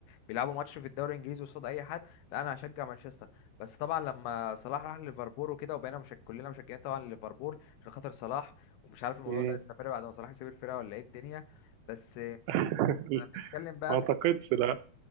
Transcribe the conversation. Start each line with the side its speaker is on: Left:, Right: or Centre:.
Left: بيلعبوا ماتش في الدوري الانجليزي قصاد اي حد لا انا هشجع مانشستر بس طبعا لما صلاح راح ليفربول وكده وبقينا مش كلنا مشجعين طبعا ليفربول عشان خاطر صلاح ومش عارف الموضوع
Right: مم.
Left: ده استمر بعد ما صلاح يسيب الفرقه ولا ايه الدنيا بس لما
Right: <laughs>
Left: نتكلم بقى
Right: ما اعتقدش
Left: في
Right: لا